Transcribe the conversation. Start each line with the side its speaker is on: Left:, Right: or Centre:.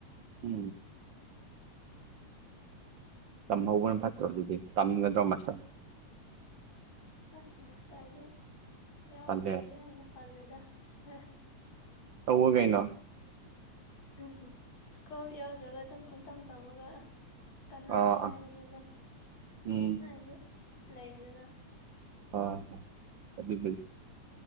Right: ꯎꯝ ꯇꯝꯍꯧꯕꯅ ꯐꯠꯇ꯭ꯔꯣ ꯑꯗꯨꯗꯤ ꯇꯝꯒꯗ꯭ꯔꯣ ꯃꯆꯥ
Left: ꯑꯁ ꯃꯥꯁꯇꯔꯗꯤ ꯌꯥꯎꯔꯔꯣꯏꯒꯦ
Right: ꯇꯜꯂꯦ
Left: ꯍꯥꯏꯅ ꯄꯜꯂꯦꯗꯅꯤ
Right: ꯇꯧꯕ ꯀꯩꯅꯣ
Left: ꯎꯝ ꯏꯁꯀꯣꯞ ꯌꯥꯎꯖꯒ ꯑꯗꯨꯝ ꯄꯨꯡꯇꯝ ꯇꯝꯃꯒ ꯀꯥꯟꯅꯗꯦ
Right: ꯑꯥ
Left: ꯍꯥꯏꯕꯅꯤ
Right: ꯑꯥ
Left: ꯑꯣꯖꯥ
Right: ꯎꯝ
Left: ꯍꯦ ꯂꯩꯗꯅ
Right: ꯑ ꯑꯗꯨ